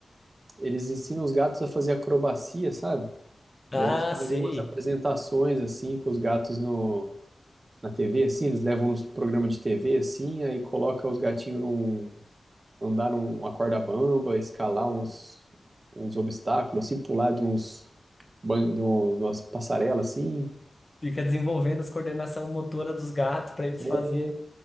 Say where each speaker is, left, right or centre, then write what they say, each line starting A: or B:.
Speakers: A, on the right; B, on the left.
A: Eles ensinam os gatos a fazer acrobacia, sabe? Daí
B: Ah,
A: eles fazem
B: sei.
A: umas apresentações, assim, com os gatos no na TV, assim, eles levam nos programas de TV, assim, aí coloca os gatinhos num, andar numa corda bamba, escalar uns, uns obstáculos, assim, pular de uns, ban- de um- de umas passarelas, assim.
B: Fica desenvolvendo as coordenação motora dos gatos pra eles
A: É,
B: fazerem.